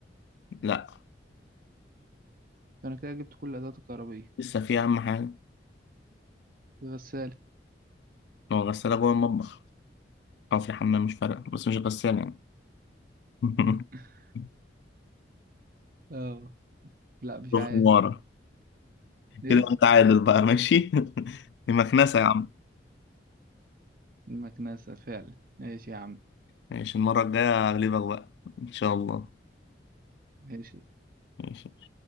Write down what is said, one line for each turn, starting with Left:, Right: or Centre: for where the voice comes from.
Left: لا
Right: أنا كده جبت كل الأدوات الكهربائية
Left: لسه في أهم حاجة
Right: غسالة
Left: ما هو غسالة جوه المطبخ أو في الحمام مش فارقة بس مش غسالة يعني <laughs>
Right: <laughs> اه لا مش
Left: روح
Right: عارف
Left: ورا
Right: ايه
Left: كده أنت عادل بقى ماشي <laughs> دي مكنسة يا عم
Right: المكنسة فعلا ماشي يا عم
Left: ماشي المرة الجاية أغلبك بقى إن شاء الله
Right: ماشي
Left: ماشي